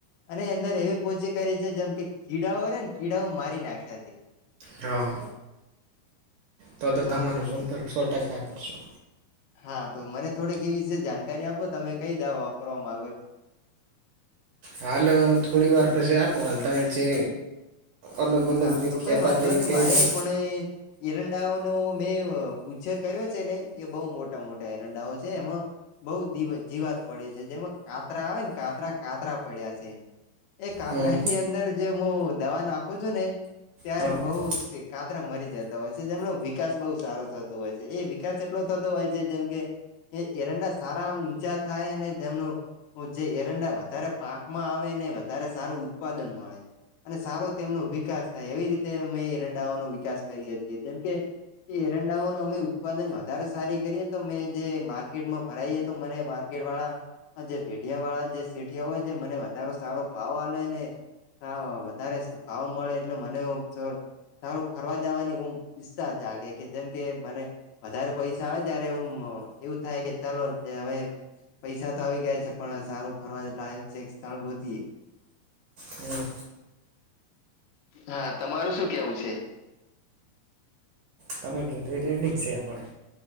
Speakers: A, on the left; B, on the right.
A: અને અંદર એવી પોચી કરી છે જેમકે કીડાઓ હોય ને, કીડાઓ મારી નાખ્યા છે.
B: હા. તો તો
A: હા
B: તમારો
A: મુ
B: સંપર્ક સો ટકા કરશો.
A: હા, તો મને થોડીક એવી વિશે જાણકારી આપો તમે કઈ દાવા વાપરવા માંગો
B: હાલ અહ થોડી વાર પછી આપો હાલ તા એ જે અલગ અલગ
A: હા,
B: જે
A: તો
B: કહેતા
A: કઈ વાંધો
B: તે એ
A: નહી
B: કહેજો
A: મારે પણ એ એઈરંડાઓ નો મેં અહ ઉચ્છેર કર્યો છે ને એ બહુ મોટા મોટા એરંડાઓ છે એમાં બઉ દી જીવાત પડે છે જેમાં કા કારા આવે ને કાતરા કાતરા પડ્યા છે એ કાતરા
B: હમ
A: ની અંદર જે હું દવા નાખ હોજો ને ત્યારે
B: હમ
A: બહુ તે કાતરા મરી જતા હોય છે જેમનો વિકાસ બહુ સારો થતો હોય છે. એ વિકાસ એટલો થતો હોય છે જેમ કે એ એરંડા સારા ઊંચા થાય અને જેમનું ઉ જે એરંડા વધારે પાકમાં આવે ને વધારે સારું ઉત્પાદન મળે અને સારો તેમનો વિકાસ થાય એવી રીત તે અમે ઇરંડાઓનો વિકાસ કરીએ છીએ જેમ કે એ એરંડાઓ નો અમે ઉત્પાદન વધારે સારી કરીએને તો અમે જે માર્કેટમાં પરાઈ એ તો મને માર્કેટ વાળા અહ જે પેઢિયા વાળા જે શેઠિયા હોય છે મને વધારો સારો ભાવ આલે ને હા વધારે ભાવ મળે એટલે મને સ તારો ફરવા જવાની હું ઈચસા જ આગે કે જેમ કે મને વધારે પૈસા આવે ત્યારે એમ એવું થાય કે ચાલો તે હવે પૈસા તો આવી ગયા છે પણ સારું ફરવા લાયક છે એક સ્થળ ગોતીયે
B: હમ્મ.
A: હા, તમારું શું કેવું છે?
B: તમે કીધુ રેડી જ છે આપણે.